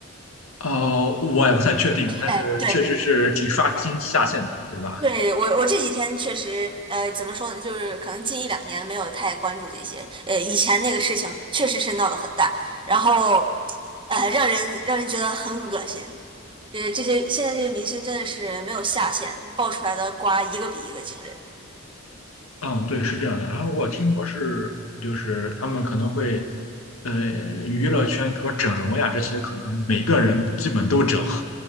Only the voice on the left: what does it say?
吧？哦，我也不太确定，但是确实是挺刷新下限的，
对吧？
嗯，对，是这样的。然后我听说是，就是他们可能会，呃，娱乐圈比如说整容呀这些，可能每个人基本都整。